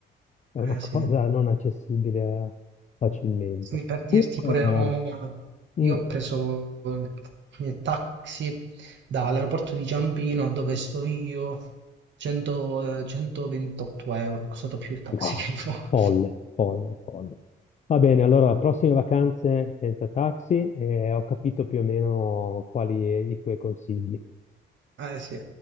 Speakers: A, on the left; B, on the right.
A: è una
B: Eh
A: <laughs> cosa
B: sì,
A: non accessibile facilmente.
B: Sì, per dirti
A: Comunque,
B: pure Roma, io
A: mm,
B: ho preso il il taxi dall'aeroporto di Ciampino a dove sto io, 100, eh, 128 euro, è costato più il taxi
A: ah,
B: <laughs> che il volo.
A: folle, folle, folle. Va bene, allora prossime vacanze senza taxi e ho capito più o meno quali i tuoi consigli.
B: Eh sì,